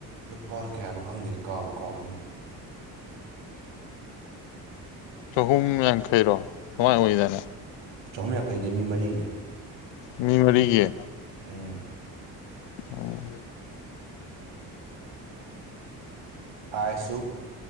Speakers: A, on the right (about 80°); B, on the left (about 80°).
A: ꯂꯨꯄꯥ ꯀꯌꯥꯅꯣ ꯈꯪꯗꯦꯅꯤ ꯀꯥꯎꯕ ꯀꯥꯎꯔꯦꯅꯦ
B: ꯆꯍꯨꯝ ꯌꯥꯡꯈꯩꯔꯣ ꯑꯗꯨꯃꯥꯏꯏ ꯑꯣꯏꯒꯤꯗꯥꯏꯅꯦ
A: ꯆꯍꯨꯝ ꯌꯥꯡꯈꯩꯗꯤ ꯃꯤ ꯃꯔꯤꯅꯦ
B: ꯃꯤ ꯃꯔꯤꯒꯤ
A: ꯎꯝ
B: ꯑꯣ
A: ꯑꯥꯏꯁꯁꯨ